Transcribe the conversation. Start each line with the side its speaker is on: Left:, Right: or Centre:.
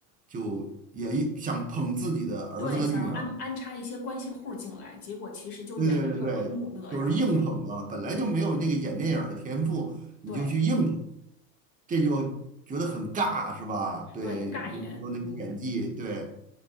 Right: 就也一想捧自己的儿子跟女儿，
Left: <laughs> 对，想要安安插一些关系户进来，结果其实就演的特别木讷，
Right: 对对对对，就是硬捧嘛，
Left: 然后嘛，
Right: 本来就没有那个演电影儿的天赋，你就去硬捧，
Left: 对
Right: 这就觉得很尬，是吧？对，
Left: 对，尬演，
Right: 你没有那个演技，
Left: 嗯，
Right: 对，